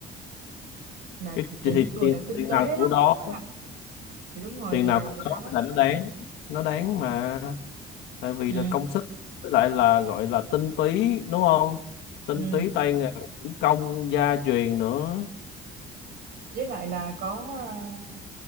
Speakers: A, on the right; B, on the left.
A: mà
B: cái
A: chỉ chỉ
B: thì, thì
A: những người
B: tiền,
A: nào tinh
B: tiền
A: tế
B: nào của
A: lắm
B: đó
A: mới mặc thì đúng rồi
B: tiền
A: tiền
B: nào
A: nào
B: của
A: của đó
B: đó là nó đáng nó đáng mà tại vì
A: ừ
B: là công sức với lại là gọi là tinh túy đúng không tinh
A: ừ
B: túy tay nghề thủ công gia truyền nữa
A: với lại là có à,